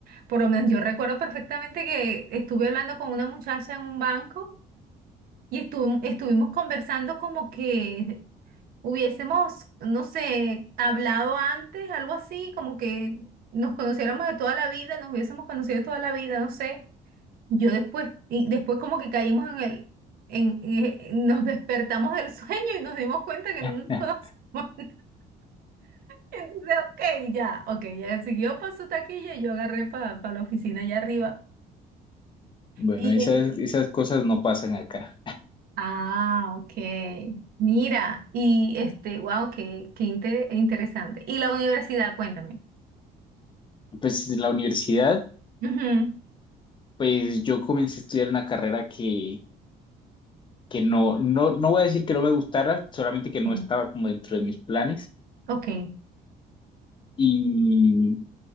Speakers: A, on the right; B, on the left.
A: Por lo menos yo recuerdo perfectamente que estuve hablando con una muchacha en un banco y estu- estuvimos conversando como que hubiésemos, no sé, hablado antes, algo así, como que nos conociéramos de toda la vida, nos hubiésemos conocido de toda la vida, no sé. Yo después, y después como que caímos en el, en, eh, nos despertamos del sueño y nos dimos cuenta que no
B: <laughs>
A: nos <laughs> conocíamos entonces, ok, ya, ok, ya siguió para su taquilla y yo agarré para la oficina allá arriba.
B: Bueno,
A: Y,
B: esas, esas cosas no pasan acá.
A: ah, ok, mira, y este, wow, qué, qué inte- interesante. Y la universidad, cuéntame.
B: Pues en la universidad,
A: Ujú,
B: pues yo comencé a estudiar una carrera que que no, no, no voy a decir que no me gustara, solamente que no
A: Ok,
B: estaba como dentro de mis planes.
A: ok,
B: Y